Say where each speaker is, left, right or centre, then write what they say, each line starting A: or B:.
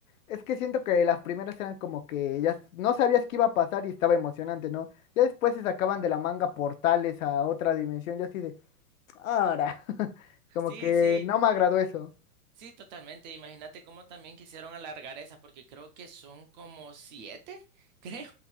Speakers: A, on the left; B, on the right.
A: Es que siento que las primeras eran como que ya s- no sabías qué iba a pasar y estaba emocionante, ¿no? Ya después se sacaban de la manga portales a otra dimensión, yo así de, ahora, <laughs> como
B: Sí,
A: que
B: sí,
A: no me agradó eso.
B: Sí, totalmente. Imagínate cómo también quisieron alargar esas, porque creo que son como siete, <laughs> creo,